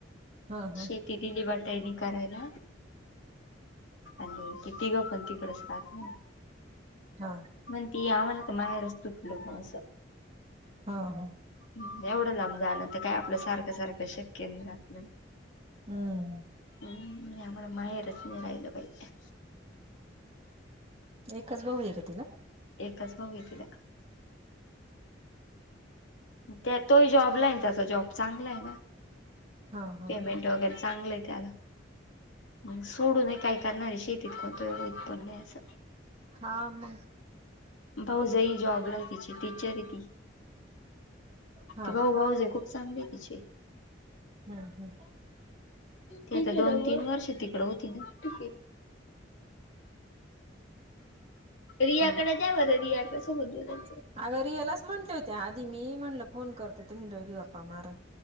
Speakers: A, on the right (about 30°); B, on the left (about 85°).
A: हा हा
B: शे ती दिली वाटाईनी करायला आणि ते तिघ पण तिकडच राहतं म्हणी
A: हा
B: म्हण ती आम्हाला त माहेरच तुटलं ब असं
A: हा हा
B: हूं एवढं लांब जाणं त काय आपल सारख सारख शक्य नाही राहात नं
A: हूं
B: हम्म <unintelligible> आम्हाला माहेरच नाय रायलं पायजे.
A: एकच भाऊ ये का तिला
B: एकच भाऊ ये तिला म त्यात तोही जॉबला ये न त्याचा जॉब चांगला ये ना
A: हा हा
B: पेमेंट वगैरे चांगलं आहे त्याला. मग सोडून हे काय करणार आहे शेतीत कोणत एढं उत्पन्न आहे असं.
A: हा मग.
B: भाऊ जाई जॉबला तिची ती चॅरीटी,
A: हा
B: ते भाऊ-भाऊजे
A: का
B: खूप चांगले आहे तिचे.
A: हम् हम्.
B: तिथ दोन-तीन वर्ष तिकड होती ना, ठीके. रियाकडे जाऊ रिया सोबत बोलायचं.
A: अग रियालाच म्हटले होते्या आधी मी म्हणलं फोन करतो तुम्ही दोघी गप्पा मारू.